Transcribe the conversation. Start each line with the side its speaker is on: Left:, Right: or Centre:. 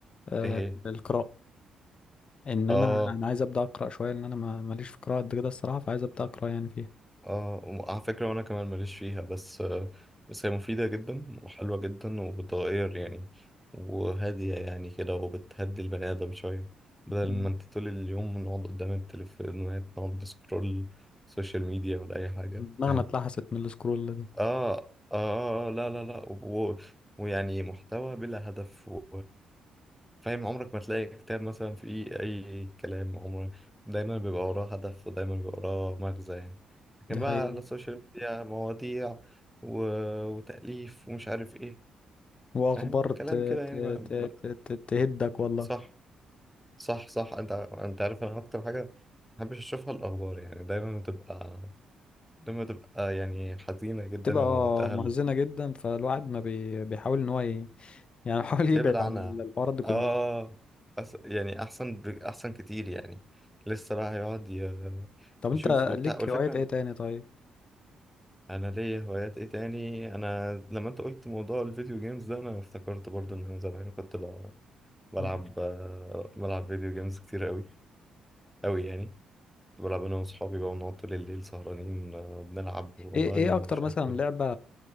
Left: آه،
Centre: ايه هي
Left: القراءة ان انا
Centre: اه
Left: انا عايز ابدأ اقرأ شوية لان انا ما- ماليش في القراءة قد كده الصراحة فعايز ابدأ اقرأ يعني فيها
Centre: اه وعلى فكرة وانا كمان ماليش فيها بس آه، بس هي مفيدة جدا وحلوة جدا وبتغير يعني وهادية يعني كده وبتهدي البني آدم شوية بدل
Left: مم.
Centre: ما انت طول اليوم نقعد قدام التليفونات نقعد نسكرول سوشيال ميديا ولا أي حاجة
Left: دماغنا
Centre: فاهم
Left: اتلحست من السكرول ده
Centre: آه آه آه آه، لا لا لا و... ويعني محتوى بلا هدف و... فاهم عمرك ما تلاقي كتاب مثلا فيه أي كلام عمرك دايما بيبقى وراه هدف ودايما بيبقى وراه مغزى يعني لكن
Left: دي
Centre: بقى
Left: حقيقة
Centre: على السوشيال ميديا مواضيع و... وتأليف ومش عارف إيه
Left: واخبار
Centre: فاهم
Left: ت-
Centre: كلام
Left: ت-
Centre: كده يعني ما...
Left: ت-
Centre: ما-
Left: ت- ت- تهدك والله
Centre: صح صح صح أنت أنت عارف أنا أكتر حاجة ما بحبش أشوفها الأخبار يعني دايما بتبقى دايما بتبقى يعني حزينة جدا
Left: تبقى
Centre: ومنتهى
Left: محزنة جدا فالواحد ما بي... بيحاول ان هو ي... يعني <laughs> بيحاول يبعد
Centre: يبعد عنها
Left: عن ال- الحوارات دي كلها
Centre: اه أس... يعني احسن ب... احسن كتير يعني لسه بقى هيقعد ي...
Left: طب انت
Centre: يشوف وبتاع
Left: ليك
Centre: والفكره
Left: هوايات ايه تاني طيب
Centre: انا ليا هوايات ايه تاني انا لما انت قلت موضوع الفيديو جيمز ده انا افتكرت برضو ان انا زمان كنت ب... بلعب
Left: مم.
Centre: آه، بلعب فيديو جيمز كتير قوي قوي يعني كنت بلعب انا واصحابي بقى ونقعد طول الليل سهرانين آه، بنلعب اونلاين
Left: ايه ايه اكتر
Centre: ومش
Left: مثلا
Centre: عارف ايه
Left: لعبة